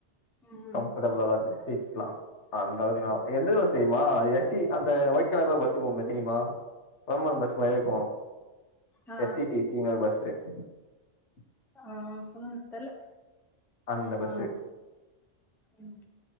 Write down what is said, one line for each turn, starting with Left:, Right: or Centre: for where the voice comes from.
Centre: ம்
Left: கம்ஃபர்டபள்தா இருந்துச்சு <unintelligible> அந்த அளவுக்கு எந்த பஸ் தெரியுமா அது ஸ் சி அந்த ஓயிட் கலர்ல பஸ் போகு தெரியுமா <unintelligible> கவர்மண்ட் பஸ் மாரி இருக்கும்
Centre: அ ஆ
Left: எஸ் இ டி சி பஸ்னு ஒரு பஸ் <unintelligible>
Centre: ஆ ஆ சொல்லுங்க தெர்ல
Left: அந்த பஸ்ஸு
Centre: ஆ ம்